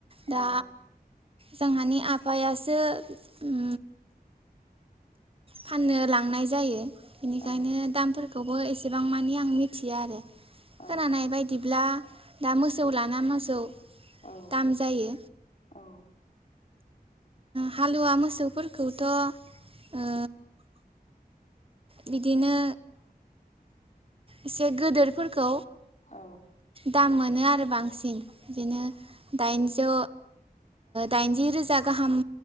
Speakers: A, on the right; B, on the left.
A: दा
B: औ।
A: जोंहानि आफायासो उम फाननो लांनाय जायो बेनिखायनो
B: औ
A: दामफोर खौबो एसेबां मानि आं मिथिया आरो
B: औ
A: खोनानाय बायदिब्ला दा मोसौ लाना मोसौ
B: औ
A: दाम जायो
B: औ।
A: हालुवा मोसौफोरखौथ' ओ बिदिनो एसे गोदोरफोरखौ
B: औ
A: दाम मोनो आरो बांसिन बिदिनो दाइनजौ दाइनजि रोजा गाहाम